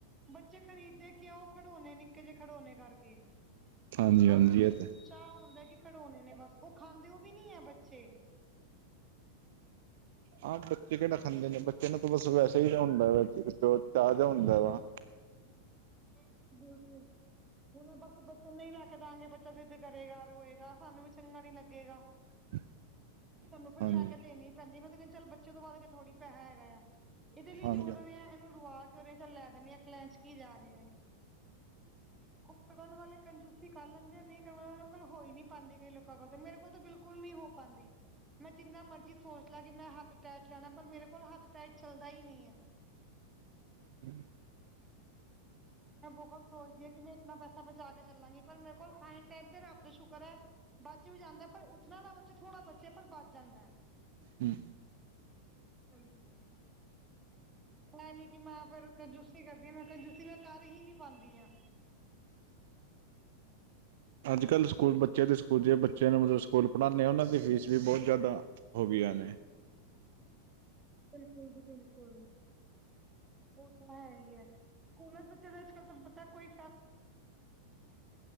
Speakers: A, on the right; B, on the right.
A: ਬੱਚੇ ਖਰੀਦ ਦੇ ਕਿਉਂ ਉਹ ਖਿਡੋਣੇ ਨਿੱੱਕੇ ਜੇ ਖਿਡੋਣੇ ਕਰਕੇ।
B: ਹਾਂਜੀ
A: ਬਹੁ
B: ਹਾਂਜੀ ਇਹ ਤੇ
A: ਚਾਅ ਹੁੰਦਾ ਕਿ ਖਿਡੋਣੇ ਨੇ ਬੱਸ ਉਹ ਖਾਂਦੇ ਉਹ ਵੀ ਨੀ ਐ ਬੱਚੇ।
B: ਆਹ! ਬੱਚੇ ਕਿਹੜਾ ਖਾਂਦੇ ਨੇ ਬੱਚੇ ਨੂੰ ਤਾਂ ਬੱਸ ਵੈਸੇ ਹੀ ਹੁੰਦਾ ਵਾ ਚਾਅ ਜਾ ਹੁੰਦਾ ਵਾ।
A: ਬਿਲਕੁਲ-ਬਿਲਕੁਲ, ਹੁਣ ਬਾਕੀ ਬੱਚੇ ਨੂੰ ਨਹੀਂ ਲੈ ਕੇ ਦਾਂਗੇ, ਬੱਚਾ ਜਿੱਦ ਕਰੇਗਾ, ਰੋਏਗਾ ਸਾਨੂੰ ਵੀ ਚੰਗਾ ਨਹੀ ਲੱਗੇਗਾ।
B: <inaudible>
A: ਸਾਨੂੰ ਫਿਰ
B: ਹਾਂਜੀ
A: ਲੈ ਕੇ ਦੇਣੀ ਪੈਂਦੀ, <unintelligible> ਚੱਲ ਬੱਚੇ ਤੋਂ ਵੱਧ ਕੇ ਥੋੜੀ ਪੈਸਾ ਹੈਗਾ ਆ। ਇਹਦੇ ਲਈ
B: ਹਾਂਜੀ
A: ਜੋੜ ਰਿਹਾ। ਇਹਨੂੰ ਰੁਵਾ ਕਿਉਂ ਰਿਹਾ ਚੱਲ ਲੈ ਦਿੰਨੇ ਆ <unintelligible> <unintelligible> ਕੁੱਕਰਨ ਵਾਲੇ ਕੰਜੂ ਸੀ ਕਰ ਲੈਂਦੇ ਆ ਨਹੀਂ <unintelligible> ਮੇਰੇ ਕੋਲ ਹੋ ਹੀ ਨਹੀ ਪਾਂਦੀ। ਕਈ ਲੋਕਾਂ ਕੋਲ ਤੇ, ਮੇਰੇ ਕੋਲ ਤਾਂ ਬਿਲਕੁਲ ਨਹੀ ਹੋ ਪਾਂਦੀ। ਮੈਂ ਜਿੰਨਾ ਮਰਜ਼ੀ ਸੋਚ ਲਾਂ। ਕਿ ਮੈਂ ਹੱਥ ਟੈਟ ਲੈਣਾ, ਪਰ ਮੇਰੇ ਕੋਲ ਹੱਥ ਟੈਟ ਚੱਲਦਾ ਈ ਨੀ ਆ।
B: ਹੂੰ,
A: ਮੈਂ ਬਹੁਤ ਸੋਚਦੀ ਆ। ਕਿ ਮੈਂ ਇਤਨਾ ਪੈਸਾ ਬਚਾ ਕੇ ਚੱਲਾਂਗੀ, ਪਰ ਮੇਰੇ ਕੋਲ ਆਣ ਟਾਈਮ ਤੇ ਰੱਬ ਦਾ ਸ਼ੁਕਰ ਐ ਬਚ ਵੀ ਜਾਂਦਾ। ਪਰ ਉਤਨਾ ਨਾ ਬੱਚੇ ਥੋੜ੍ਹਾ ਬਚ ਜਾਂਦਾ, ਪਰ ਬਚ ਜਾਂਦਾ।
B: ਹੂੰ,
A: ਬਿਲਕੁਲ, ਇਹ ਨੀ ਕਿ ਮੈਂ ਫੇਰ ਕੰਜੂਸੀ ਕਰਦੀ ਆ, ਮੈਂ ਕੰਜੂਸੀ ਮੈਂ ਕਰ ਹੀ ਨੀ ਪਾਂਦੀ ਆ।
B: ਅੱਜ-ਕੱਲ੍ਹ ਸਕੂਲ ਬੱਚੇ ਦੇ ਸਕੂਲ ਜੇ ਬੱਚੇ ਨੂੰ ਮਤਲਬ ਸਕੂਲ ਪੜਾਨੇ ਆ ਉਹਨਾਂ ਦੀ ਫੀਸ ਵੀ ਬਹੁਤ ਜ਼ਿਆਦਾ ਹੋ ਗਈਆਂ ਨੇ।
A: ਬਿਲਕੁਲ ਜੀ ਬਿਲਕੁਲ, ਉਹ ਤਾਂ ਹੈ ਈ ਐ। ਸਕੂਲਾਂ ਦੇ ਬੱਚੇ ਦਾ ਅੱਜ-ਕੱਲ ਤਾਂ ਪਤਾ ਕੋਈ